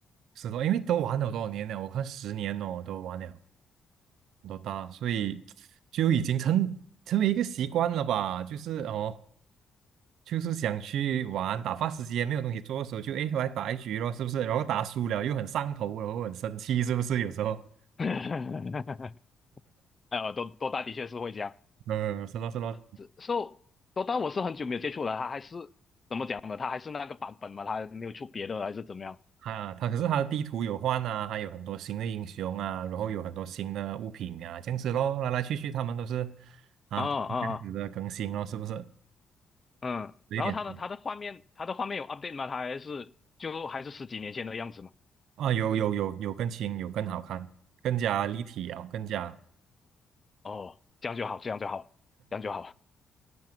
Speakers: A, on the right; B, on the left.
A: 是的，因为都玩了多少年了，我看十年哦，都玩了。多大，所以就已经成成为一个习惯了吧？就是哦，就是想去玩，打发时间，没有东西做的时候就，诶来打一局咯，是不是？然后打输了又很上头，然后很生气，是不是？有时候，
B: <laughs> 呃，多多大的确是会这样。
A: 嗯，是咯是咯，
B: 这 so 多大我是很久没有接触了，他还是讲的，他还是那个版本嘛，他没有出别的还是怎么样？
A: 啊，他可是他的地图有换啊，还有很多新的英雄啊，然后有很多新的物品啊，这样子咯，来来去去他们都是啊这样子的更新咯，
B: 啊啊啊！
A: 是不是？
B: 嗯，
A: 有一点
B: 然后它的它的画面，它的画面有 update 吗？它还是就还是十几年前的样子吗？
A: 啊，有有有有更新，有更好看，更加立体啊，更加。
B: 哦，这样就好，这样就好，这样就好。